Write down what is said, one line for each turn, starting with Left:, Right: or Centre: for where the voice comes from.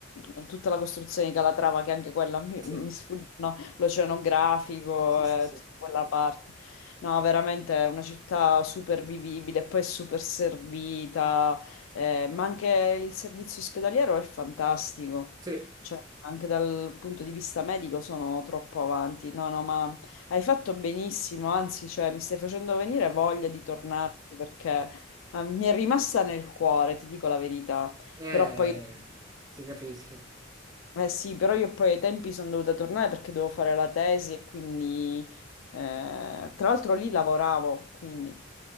Left: eh, tutta la costruzione di Calatrava, che anche quella mi,
Right: Sì,
Left: mi sfuggono, l'oceanografico,
Right: sì, sì,
Left: eh,
Right: sì.
Left: tutta quella parte. No, veramente è una città super vivibile, poi è super servita, eh, ma anche il servizio ospedaliero è fantastico,
Right: Sì,
Left: cioè anche dal punto di vista medico sono troppo avanti. No, no, ma hai fatto benissimo, anzi, cioè, mi stai facendo venire voglia di tornarci perché... Ah, mi è rimasta nel cuore, ti dico la verità,
Right: eh,
Left: però poi...
Right: ti capisco.
Left: Eh sì, però io poi ai tempi sono dovuta tornare perché dovevo fare la tesi e quindi... eh, tra l'altro lì lavoravo, quindi...